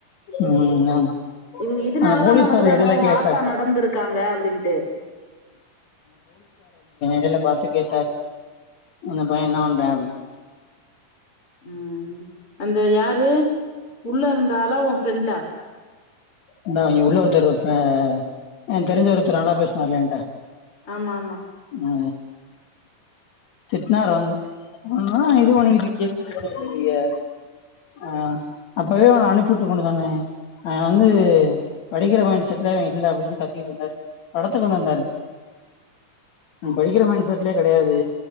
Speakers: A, on the left; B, on the left.
A: ம்
B: இவங்க இதனாலதான்
A: அந்த போலீஸ்காரர்
B: நம்மகிட்ட அந்த
A: இடையில
B: மாதிரி
A: கேட்டார்
B: ஹார்ஷா நடந்திருக்காங்க அப்டின்ட்டு
A: நேர்ல பாத்து கேட்டாரு அந்த பய என்ன பன்றன் அப்டினு
B: உம் அந்த யாரு உள்ள இருந்தா ஆளா உன் ஃப்ரெண்டா
A: இந்த அவிங்க உள்ள ஒருத்தர் அஹ் எனக்கு தெரிஞ்ச ஒருதர் நல்லா பேசுனார்ல என்ட்ட
B: ஆமா ஆமா
A: ஆ திட்னார் வந்து ஒ இது உனக்கு எ ஆஹ அப்பவே அவன அனுப்பி விட்ருக்க வேண்டியது தானே வந்து படிக்கிற மைண்ட் செட்லே இல்ல அப்டின்னு கத்திட்டு இருந்தாரு படத்துக்கு வந்திருந்தாரு அவன் படிக்கிற மைண்ட செட்லே கிடையாது